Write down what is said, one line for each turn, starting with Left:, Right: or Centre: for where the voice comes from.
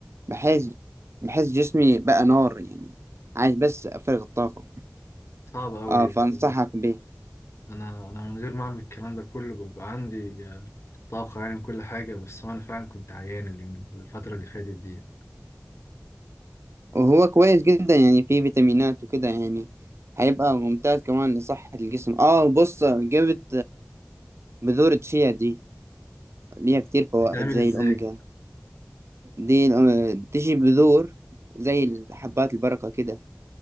Right: بحيث بحيث جسمي بقى نار يعني عايز بس أفرغ الطاقة
Left: صعبه قوي
Right: اه
Left: دي
Right: فانصحك
Left: بس
Right: بيه
Left: انا انا من غير ما اعمل الكلام ده كله بيبقى عندي آه، طاقة يعني من كل حاجة بس انا فعلا كنت عيان اللي من الفترة اللي فاتت دي
Right: وهو كويس جدا يعني فيه فيتامينات وكده يعني هيبقى ممتاز كمان لصحة الجسم اه بص جبت بذور الشيا دي ليها كتير فوائد
Left: بتتعمل
Right: زي
Left: ازاي
Right: الأوميجا دي الأومي- بتيجي بذور زي حبات البركة كده